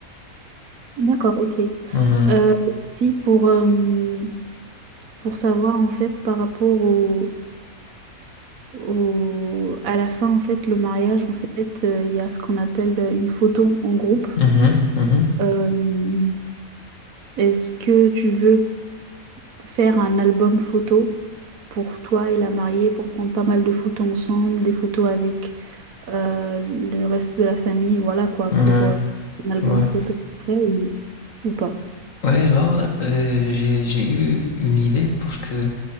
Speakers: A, on the right (about 75°); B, on the left (about 65°).
A: D'accord, ok.
B: Mhm,
A: Euh, aussi pour, euh, pour savoir en fait par rapport au au- à la fin, en fait, le mariage, en fait, euh, il y a ce qu'on appelle euh, une photo en groupe.
B: mhm, mhm.
A: Euh, est-ce que tu veux faire un album photo pour toi et la mariée, pour prendre pas mal de photos ensemble, des photos avec euh, le reste de la famille, voilà quoi,
B: Ouais,
A: pour euh, un album
B: ouais.
A: photo après ou, ou pas?
B: Ouais, là, euh, j'ai, j'ai eu une idée parce que